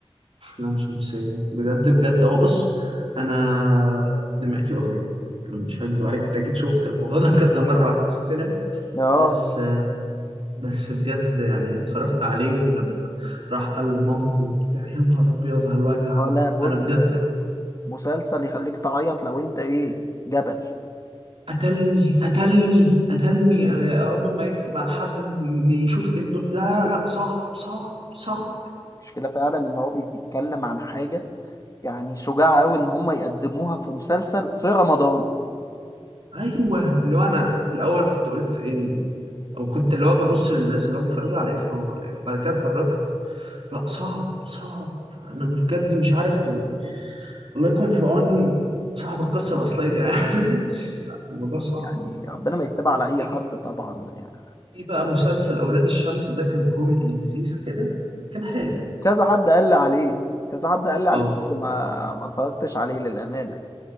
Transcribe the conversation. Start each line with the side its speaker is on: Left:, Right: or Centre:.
Right: أفلام شمسية بجد بجد هو بص أنا دمعتي قريبة يعني مش هكذب عليك أنت أكيد شفت الموضوع ده <laughs> كذا مرة وإحنا في السينما
Left: اه
Right: بس بس بجد يعني اتفرجت عليه ولما راح قال لمامته وبتاع يا نهار أبيض على الوجع
Left: اه لا بص
Right: أنا بجد لو ما كان-
Left: مسلسل يخليك تعيط لو انت ايه جبل
Right: قتلني قتلني قتلني أنا يا رب ما يكتب على حد إن يشوف ابنه لا لا صعب صعب صعب
Left: المشكله فعلا ان هو بيتكلم عن حاجه يعني شجاعة قوي ان هم يقدموها في مسلسل في رمضان
Right: أيوه اللي هو أنا في الأول كنت قلت إيه وكنت اللي هو ببص للناس اللي هو اتخرجوا على ايه في رمضان يعني بعد كده اتفرجت لا صعب صعب انا مش- بجد مش عارف يعني الله يكون في عون صاحب القصة الأصلية يعني <laughs> الموضوع صعب
Left: يعني ربنا ما يكتبها على اي
Right: في
Left: حد
Right: برضه-
Left: طبعا يعني
Right: في بقى مسلسل أولاد الشمس ده كان كوميدي لذيذ كده كان حلو
Left: كذا حد قال لي عليه كذا حد قال لي عليه
Right: اه
Left: بس ما ما اتفرجتش عليه للامانه